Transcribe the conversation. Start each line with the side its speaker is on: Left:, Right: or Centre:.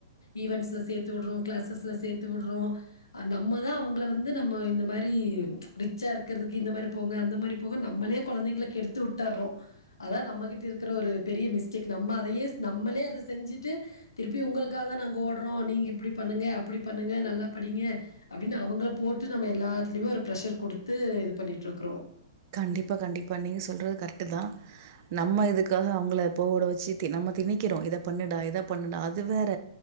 Left: ஈவென்ஸ்ல சேத்து விடுறோ கிளாசஸ்ல சேத்து விடுறோ நம்மதா அவுங்கள வந்து நம்ம இந்த மாரி ரிச்சா இருக்குறதுக்கு இந்த மாரி போங்க அந்த மாரி போங்க நம் நம்மளே கொழந்தைகள கெடுத்து விட்டரோ அதா நம்மகிட்ட இருக்குற ஒரு பெரிய மிஸ்டேக் நம்ம அதயே நம்மளே அத செஞ்சுட்டு திருப்பி ஒங்களுக்காக தா நாங்க ஓடுறோ நீங்க இப்டி பண்ணுங்க அப்டி பண்ணுங்க நல்லா படிங்க அப்டின்னு அவங்கள போட்டு நம்ம எல்லாத்லயுமே ஒரு பிரெஷர் குடுத்து இது பண்ணிட்டு இருக்குறோ
Right: கண்டிப்பா கண்டிப்பா நீங்க சொல்றது கரெக்ட்டு தா நம்ம இதுக்காக அவுங்கள போகோட வச்சு நம்ம திணிக்குறோ இத பண்ணுடா இத பண்ணுடா அது வேற